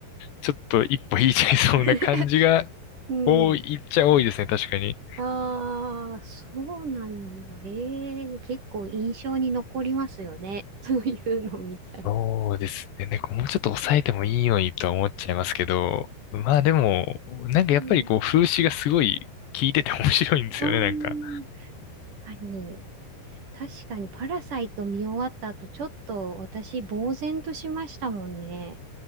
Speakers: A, on the left; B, on the right.
A: ちょっと一歩引いちゃいそうな感じが
B: <laughs> うん
A: 多いっちゃ多いですね。確かに。
B: ああ、そうなんだ。ええ結構印象に残りますよね。<laughs> そういうの見たら。
A: そうですね。なんかもうちょっと抑えてもいいのにとは思っちゃいますけど、まあでも、なんかやっぱりこう、
B: うん。
A: 風刺がすごい効いてて <laughs> 面白いんですよね。
B: あー
A: なんか。
B: 確かに。確かに、パラサイト見終わった後、ちょっと私、呆然としましたもんね。